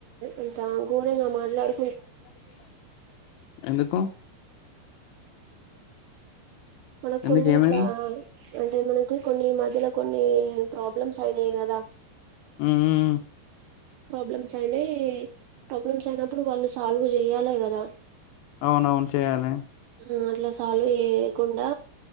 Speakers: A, on the right; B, on the left.
A: అంత ఘోరంగా మాట్లాడు
B: ఎందుకు
A: మనకు
B: ఎందుకు
A: కొన్ని
B: ఏమైంది
A: ఇట్లా అంటే మనకి కొన్ని మధ్యలో కొన్ని ప్రాబ్లమ్స్ అయినాయి గదా
B: ఊ ఊ ఊ
A: ప్రాబ్లమ్స్ అయినాయ్ ప్రాబ్లమ్స్ అయినప్పుడు వాళ్ళు సాల్వ్ చేయాలె కదా
B: అవునవును చెయాలె
A: ఆ అట్లా సాల్వ్ ఏయకుండా